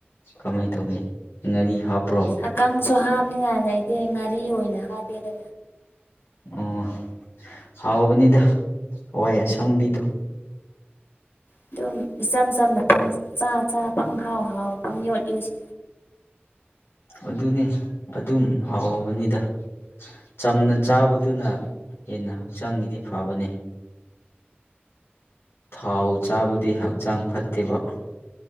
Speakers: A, on the left (about 85°); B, on the left (about 70°).
A: ꯀꯃꯥꯏꯅ ꯇꯧꯒꯦ ꯉꯥꯔꯤ ꯍꯥꯞꯄ꯭ꯔꯣ
B: ꯑꯀꯪꯕꯁꯨ ꯍꯥꯞꯅꯤꯡꯉꯥꯏ ꯂꯩꯇꯦ ꯉꯥꯔꯤ ꯑꯣꯏꯅ ꯍꯥꯞꯄꯦꯗ
A: ꯑꯣ ꯍꯥꯎꯕꯅꯤꯗ ꯍ꯭ꯥꯋꯏ ꯑꯁꯪꯕꯤꯗꯣ
B: ꯑꯗꯨꯝ ꯏꯆꯝ ꯆꯝꯅ ꯄꯪ ꯆ ꯆꯥ ꯄꯪ ꯍꯥꯎ ꯍꯥꯎ ꯄꯪ ꯌꯣꯠ ꯌꯣꯠꯁꯤ
A: ꯑꯗꯨꯅꯤ ꯑꯗꯨꯝ ꯍꯥꯎꯕꯅꯤꯗ ꯆꯝꯅ ꯆꯥꯕꯗꯨꯅ ꯍꯦꯟꯅ ꯍꯛꯆꯥꯡꯒꯤꯗꯤ ꯐꯕꯅꯦ ꯊꯥꯎ ꯆꯥꯕꯨꯗꯤ ꯍꯛꯆꯥꯡ ꯐꯠꯇꯦꯕ